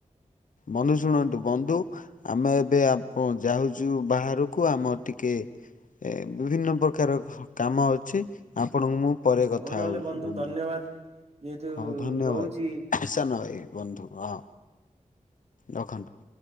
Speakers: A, on the left; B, on the right.
A: ବନ୍ଧୁ ଶୁଣନ୍ତୁ ବନ୍ଧୁ। ଆମେ ଏବେ ଆ ଯାଉଚୁ ବାହାରକୁ ଆମର ଟିକେ ଏ ବିଭିନ୍ନ ପ୍ରକାର କାମ ଅଛି ଆପଣଙ୍କୁ ମୁଁ ପରେ କଥା
B: ହଉ ନହେଲେ
A: ହଉଛି ବନ୍ଧୁ।
B: ଧନ୍ୟବାଦ। ଯେହେତୁ
A: ହଉ ଧନ୍ୟବାଦ
B: ରହୁଛି
A: ସାନ ଭାଇ ବନ୍ଧୁ ହଁ ରଖନ୍ତୁ।